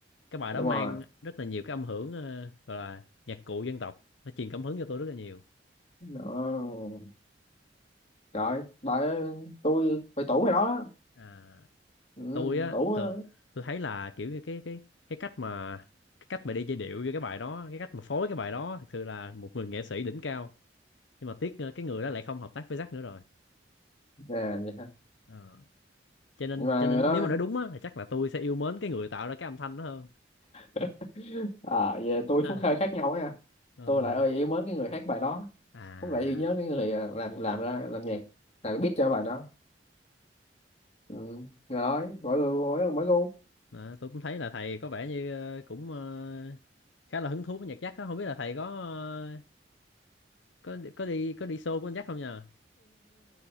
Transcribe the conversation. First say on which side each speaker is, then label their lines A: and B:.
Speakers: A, on the left; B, on the left.
A: cái bài
B: đúng
A: đó mang
B: rồi
A: rất là nhiều cái âm hưởng ờ, gọi là nhạc cụ dân tộc nó truyền cảm hứng cho tôi rất là nhiều
B: đó trời bà tôi phải tủ rồi đó
A: à
B: ừ,
A: tôi á
B: tủ
A: tôi,
B: á.
A: tôi thấy là kiểu như cái cái cái cách mà cái cách mà đi giai điệu với cái bài đó cái cách mà phối cái bài đó thật sự là một người nghệ sĩ đỉnh cao nhưng mà tiếc ờ, cái người đó lại không hợp tác với Jack nữa rồi
B: nè vậy ha.
A: Ờ, cho nên
B: nhưng mà
A: cho nên
B: người đó
A: nếu mà nói đúng á thì chắc là tôi sẽ yêu mến cái người tạo ra cái âm thanh đó hơn
B: <laughs> à về tôi
A: Đó.
B: phúc hơi khác nhau nha
A: ờ,
B: tôi lại ơi yêu mến cái người hát bài đó
A: à
B: phúc lại yêu nhớ cái người à, làm làm ra làm nhạc là biết cho bài đó ừ. rồi nói mỗi người mỗi người mỗi gu
A: đó, tôi cũng thấy là thầy có vẻ như ờ, cũng ờ, khá là hứng thú với nhạc Jack đó không biết là thầy có ờ, có có đi có đi show của anh Jack không nhờ